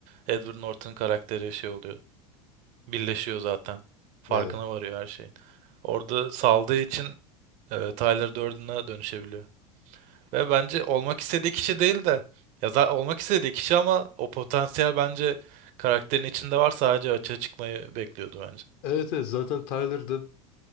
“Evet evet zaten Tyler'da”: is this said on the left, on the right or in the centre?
Left